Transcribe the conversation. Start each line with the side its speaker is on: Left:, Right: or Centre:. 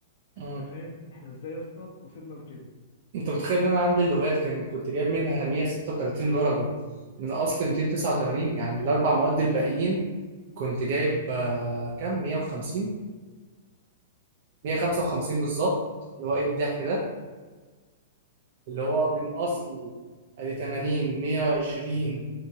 Right: امم
Left: انت فاهم احنا ازاي يا اسطى وصلنا لكده
Right: انت متخيل ان انا عندي اللغات كان كنت جايب منها 136 درجه من اصل 289 يعني الاربع مواد الباقيين كنت جايب آه، كام 150 155 بالظبط اللي هو ايه الضحك ده اللي هو من اصل ادي 80 120